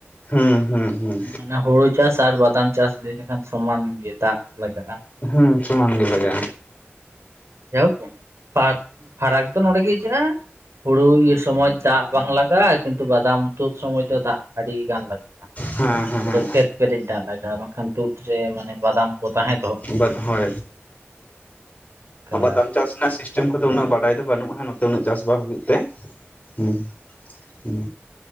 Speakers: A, on the left; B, on the right.
A: ᱦᱩᱸ ᱦᱩᱸ ᱦᱩᱸ
B: ᱢᱟᱱᱮ ᱦᱩᱲᱩ ᱪᱟᱥ ᱟᱨ ᱵᱟᱫᱟᱢ ᱪᱟᱥ ᱞᱟᱹᱭ ᱞᱮᱠᱷᱟᱱ ᱥᱚᱢᱟᱱ ᱜᱮ ᱫᱟᱜ ᱞᱟᱜᱟᱜᱼᱟ᱾
A: ᱦᱮᱸ ᱥᱚᱢᱟᱱ ᱜᱮ ᱞᱟᱜᱟᱜᱼᱟ᱾
B: ᱡᱟᱭᱦᱳᱠ ᱯᱷᱟᱨ ᱯᱷᱟᱨᱟᱠ ᱫᱚ ᱱᱚᱰᱮ ᱜᱮ ᱟᱹᱭᱠᱟᱹᱜᱼᱟ ᱦᱩᱲᱩ ᱤᱨ ᱥᱚᱢᱚᱭ ᱫᱟᱜ ᱵᱟᱝ ᱞᱟᱜ ᱜᱟᱜᱼᱟ ᱠᱤᱱᱛᱩ ᱵᱟᱫᱟᱢ ᱛᱩᱫ ᱥᱚᱢᱚᱭ ᱫᱚ ᱫᱟᱜ ᱟᱹᱰᱤᱜᱟᱱ ᱞᱟᱜᱟᱜᱼᱟ᱾
A: ᱦᱮᱸ ᱦᱮᱸ
B: ᱯᱩᱨᱟᱹ
A: ᱦᱮᱸ
B: ᱠᱷᱮᱛ ᱯᱮᱨᱮᱡ ᱫᱟᱜ ᱞᱟᱜᱟᱜᱼᱟ᱾ ᱵᱟᱝᱠᱷᱟᱱ ᱛᱩᱫᱽ ᱨᱮ ᱢᱟᱱᱮ ᱵᱟᱫᱟᱢ ᱠᱚ ᱛᱟᱦᱮᱸ ᱫᱚᱦᱚᱜᱼᱟ᱾
A: ᱵᱟᱫᱽ ᱦᱳᱭ
B: ᱠᱟᱱᱟ᱾
A: ᱟᱵᱟᱫᱟᱢ ᱪᱟᱥ ᱨᱮᱱᱟᱜ ᱥᱤᱥᱴᱮᱢ ᱠᱚᱫᱚ ᱩᱱᱟᱹᱜ ᱵᱟᱰᱟᱭ ᱫᱚ ᱵᱟᱹᱱᱩᱜᱼᱟ᱾ ᱱᱚᱛᱮ ᱩᱱᱟᱹᱜ ᱪᱟᱥ ᱵᱟᱝ ᱦᱩᱭᱩᱜ ᱛᱮ᱾ ᱦᱮᱸ ᱦᱮᱸ